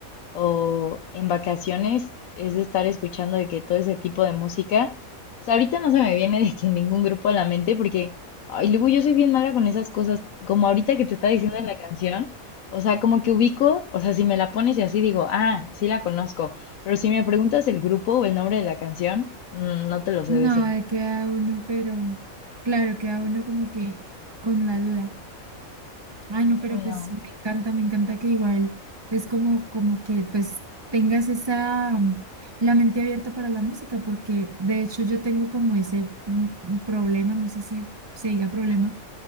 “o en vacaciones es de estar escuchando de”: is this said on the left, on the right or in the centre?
Left